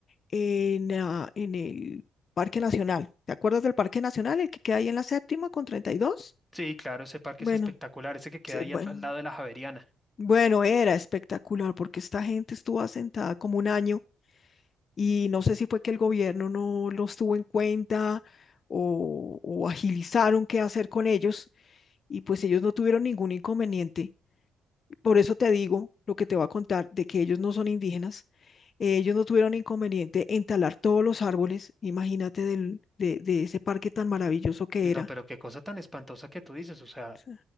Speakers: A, on the left (about 50°); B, in the centre.
A: en, ah, en el Parque Nacional. ¿Te acuerdas del Parque Nacional, el que queda ahí en la séptima con 32?
B: Sí, claro, ese parque
A: Bueno,
B: es espectacular, ese que queda
A: se-
B: ahí
A: bueno,
B: al, al lado de la Javeriana.
A: bueno, era espectacular porque esta gente estuvo asentada como un año y no sé si fue que el gobierno no los tuvo en cuenta o, o agilizaron qué hacer con ellos y pues ellos no tuvieron ningún inconveniente. Por eso te digo lo que te voy a contar de que ellos no son indígenas Eh, Ellos no tuvieron inconveniente en talar todos los árboles, imagínate del- de, de ese parque tan maravilloso que
B: No,
A: era.
B: pero qué cosa tan espantosa que tú dices, o sea,
A: Sí,